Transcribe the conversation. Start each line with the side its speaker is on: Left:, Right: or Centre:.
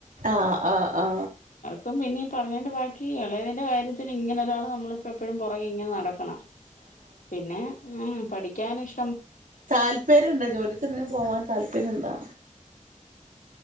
Right: ആ ആ ആ
Left: പ്പം പിന്നെ ഈ പറഞ്ഞേന്റെ ബാക്കി എളേതിന്റെ കാര്യത്തിന് ഇങ്ങനെ ഒരാൾ നമ്മളിപ്പോ എപ്പോഴും പൊറകെ ഇങ്ങനെ നടക്കണം പിന്നെ മ് പഠി ക്കാനിഷ്
Right: താല്പര്യം ഉണ്ട് ജോലിക്കെന്തേം പോവാൻ താൽ പിന്നെന്താ